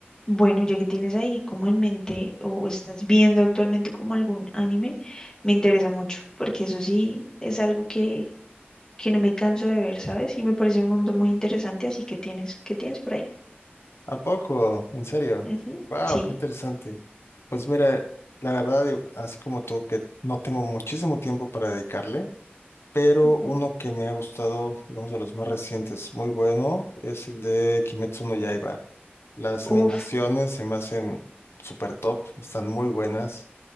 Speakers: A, on the left; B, on the left.
A: Bueno, ya que tienes ahí como en mente o estás viendo actualmente como algún anime, me interesa mucho, porque eso sí es algo que, que no me canso de ver, ¿sabes? Y me parece un mundo muy interesante, así que tienes, ¿qué tienes por ahí?
B: ¿A poco? ¿En serio?
A: Ujú,
B: ¡Wow!
A: Sí.
B: ¡Qué interesante! Pues mira, la verdad, yo- así como tú, que no tengo muchísimo tiempo para dedicarle. pero
A: ujú.
B: uno que me ha gustado, digamos, de los más recientes, muy bueno, es el de Kimetsu no Yaiba. Las animaciones
A: Uf.
B: se me hacen súper top, están muy buenas.